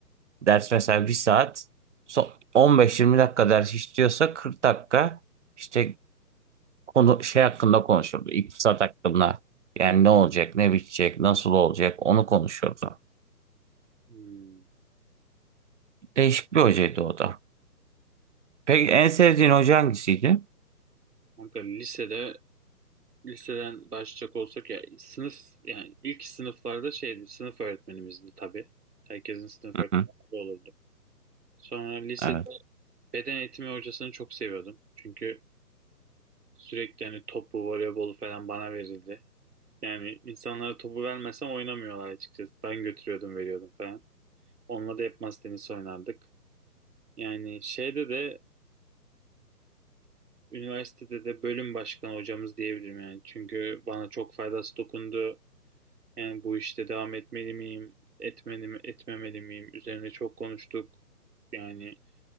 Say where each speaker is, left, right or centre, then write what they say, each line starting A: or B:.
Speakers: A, on the right; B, on the right.
A: Ders mesela bir saat. so- 15-20 dakika ders işliyorsa 40 dakika işte konu şey hakkında konuşurdu. İktisat hakkında. Yani ne olacak, ne bitecek, nasıl olacak onu konuşurdu.
B: Hmm.
A: Değişik bir hocaydı o da. Peki en sevdiğin hoca hangisiydi?
B: Kanka lisede liseden başlayacak olsak ya sınıf yani ilk sınıflarda şeydi sınıf öğretmenimizdi tabii. Herkesin sınıf
A: Hı
B: öğretmeni
A: hı,
B: olurdu. Sonra lisede
A: evet.
B: beden eğitimi hocasını çok seviyordum. Çünkü sürekli hani topu, voleybolu falan bana verildi. Yani insanlara topu vermesem oynamıyorlar açıkçası. Ben götürüyordum, veriyordum falan. Onunla da hep masa tenisi oynardık. Yani şeyde de üniversitede de bölüm başkanı hocamız diyebilirim yani. Çünkü bana çok faydası dokundu. Yani bu işte devam etmeli miyim, etmeli mi, etmemeli miyim? Üzerine çok konuştuk. Yani